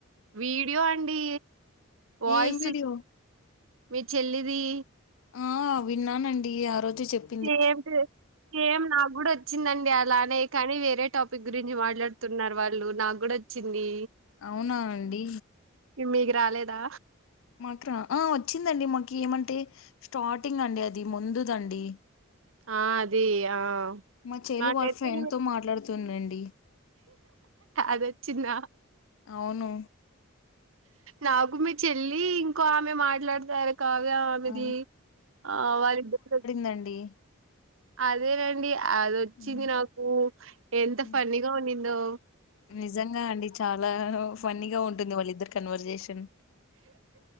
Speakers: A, on the right (about 70°); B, on the left (about 65°).
A: వీడియో అండి వాయిస్
B: ఏం వీడియో
A: మీ చెల్లిది
B: ఆ విన్నానండి ఆ రోజే చెప్
A: సేమ్ టు సేమ్ నాకు గూడా చ్చిందండి అలానే కానీ వేరే టాపిక్ గురించి మాట్లాడుతున్నారు వాళ్ళు నాకు కూడా వచ్చింది
B: అవునా అండి
A: మీకు రాలేదా
B: మాక్ర ఆ వచ్చిందండి మాకి ఏమంటే స్టార్టింగ్ అండి అది ముందుదండి
A: ఆ అది ఆ
B: మా చెల్లి
A: నాకైతే
B: వాళ్ళ ఫ్రెండ్తో మాట్లాడుతుందండి
A: అది వచ్చిందా
B: అవును
A: నాకు మీ చెల్లి ఇంకో ఆమె మాట్లాడతారు కావ్య ఆమిది
B: ఆ
A: ఆ వాళ్ళిద్దరు
B: దండి
A: అదేనండి అదొచ్చింది
B: ఉమ్,
A: నాకు ఎంత
B: ఉమ్.
A: ఫన్నీగా ఉంన్నిదో
B: నిజంగా అండి చాలా ఫన్నీగా ఉంటుంది వాళ్ళిద్దరు కన్వర్జేషన్